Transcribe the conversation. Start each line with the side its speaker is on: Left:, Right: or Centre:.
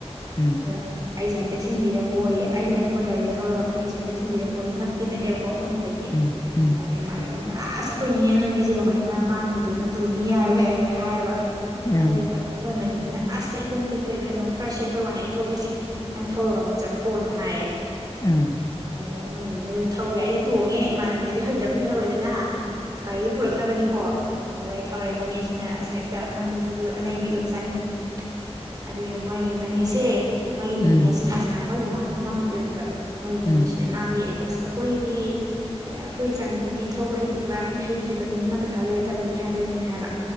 Left: ꯎꯝ
Right: ꯑꯗꯣ ꯑꯩꯁꯦ ꯑꯃꯝꯇ ꯊꯤꯟꯕꯤꯔꯝꯃꯣꯏꯌꯦ ꯑꯩꯅ ꯃꯣꯏ ꯒꯥꯔꯤꯗꯣ ꯊꯧꯔꯒ ꯃꯅꯦꯁꯦ ꯑꯝꯇ ꯊꯤꯟꯕꯤꯔꯝꯃꯣꯏꯌꯦ ꯅꯛꯇꯤ ꯅꯛꯑꯦꯕꯀꯣ ꯃꯐꯝꯗꯨꯗꯒꯤ
Left: ꯎꯝ ꯎꯝ ꯎꯝ
Right: ꯑꯗ ꯏꯃꯥꯟꯅꯕꯤꯗꯨꯅ ꯑ ꯍꯣꯏꯅꯤ ꯅꯣꯏꯕꯤ ꯀꯃꯥꯏꯅ ꯃꯥꯟꯄꯗꯅꯣ ꯇꯨꯅꯤꯔ ꯍꯦꯦꯛ ꯍꯥꯏꯔꯕ
Left: ꯎꯝ ꯎꯝ ꯎꯝ
Right: ꯑꯗꯨꯗꯨꯒ ꯃꯣꯏ ꯃꯅꯤꯗꯨꯅ ꯑꯁ ꯑꯩꯈꯣꯡ ꯇꯦꯛꯄ ꯀꯩꯅꯣ ꯈꯔ ꯁꯦ ꯑꯩꯈꯣꯏ ꯋꯥꯅꯤ ꯑꯩ ꯊꯧꯒꯦꯁꯦ ꯅꯪ ꯊꯧꯔꯒ ꯑꯃꯨꯛ ꯆꯠꯈꯣꯅ ꯍꯥꯏꯌꯦ
Left: ꯎꯝ
Right: ꯃꯣꯏ ꯅꯤꯅꯦ ꯗꯨꯅꯥ ꯊꯧꯔꯦ ꯑꯩꯅ ꯇꯣꯡꯉꯦ ꯏꯃꯥꯟꯅꯕꯤꯗꯨꯗꯤ ꯍꯩꯇꯕꯅ ꯂꯩꯍꯧꯔꯦꯗꯅ ꯒꯥꯔꯤꯗꯣ ꯄꯨꯔꯛꯅꯕꯅꯤꯀꯣ ꯑꯗꯨꯒ ꯑꯩ ꯊꯧꯔꯛꯑꯦ ꯃꯅꯦꯁ ꯁ ꯍꯦꯛꯇ ꯃꯅꯤ ꯁꯤꯁꯨ ꯑꯅꯩꯕꯤ ꯑꯣꯏꯕ ꯖꯥꯠꯅꯤ ꯑꯗꯨꯒꯤ ꯃꯣꯏꯒꯤ ꯃꯅꯦ ꯁꯤꯡ ꯏꯦ ꯃꯣꯏꯒꯤ ꯅꯦꯅꯦ
Left: ꯎꯝ ꯎꯝ
Right: ꯁꯤꯅ ꯁꯨꯃꯥꯏꯅ ꯃꯣꯏ ꯃꯃꯥꯒꯤ ꯃꯅꯥꯎ ꯅꯨꯄꯤ ꯑꯣꯏꯗꯣꯏꯕ ꯑꯣꯏꯅꯤꯡꯉꯤ
Left: ꯎꯝ
Right: ꯁꯤꯗ ꯃꯥꯒꯤ ꯁ ꯑꯩꯈꯣꯏꯒꯤ ꯑꯩꯈꯣꯏ ꯏꯆꯥꯅꯨꯕꯤꯗꯤ ꯊꯧꯕ ꯍꯩꯇ꯭ꯔꯤꯕ ꯑꯩꯅ ꯍꯩꯇ꯭ꯔꯤꯕꯅꯤ ꯑꯃ ꯈꯥꯂꯣꯏ ꯇꯝꯅꯤ ꯍꯥꯏꯕꯅꯤꯅ ꯍꯥꯏꯕ